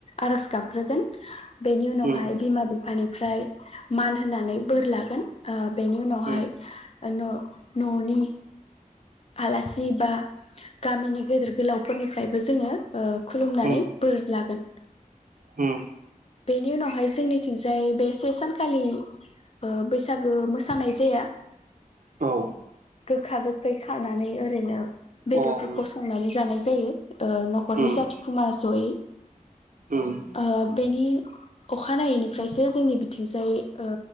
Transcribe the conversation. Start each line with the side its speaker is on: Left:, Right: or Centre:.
Left: आरज गाबग्रोगोन बेनि उनावहाय
Right: उम
Left: बिमा बिफानिफ्राय मान होनानै बोर लागोन ओ बेनि उनावहाय
Right: उम
Left: ओ न' न'नि आलासि बा गामिनि गेदेर गोलावफोरनिफ्रायबो जोङो खुलुमनानै
Right: उम
Left: बोर लागोन
Right: उम
Left: बेनि उनावहाय जोंनिथिंजाय बे से सानखालि बैसागो मोसानाय जाया
Right: औ अ
Left: गोखा गोख खै खानानै ओरैनो बेदरफोरखौ
Right: उम
Left: संनानै जानाय जायो ओ नखरनि
Right: उम
Left: जाथि खुरमा जयै
Right: उम उम
Left: ओ बेनि अखानायैनिफ्रायसो जोंनि बिथिंजाय ओ